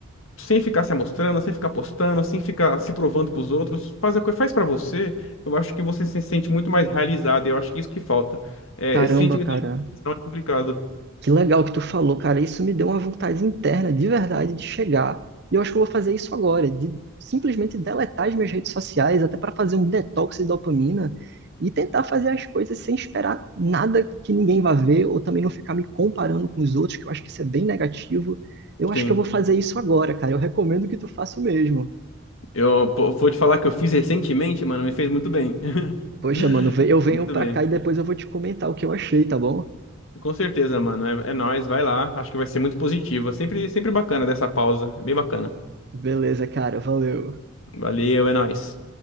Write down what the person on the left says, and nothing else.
sem ficar se amostrando, sem ficar postando, sem ficar se provando pros outros, faz a coisa, faz para você, eu acho que você se sente muito mais realizado, e eu acho que isso que falta. É,
esse sentimento
de realização é complicado.
Sim.
Eu pô, vou te falar que eu fiz recentemente, mano, me fez muito bem. <laughs>
Muito
bem.
Com certeza, mano. É, é nóis, vai lá. Acho que vai ser muito positivo. É Sempre, sempre bacana dessa pausa. É bem bacana.
Valeu, é nóis.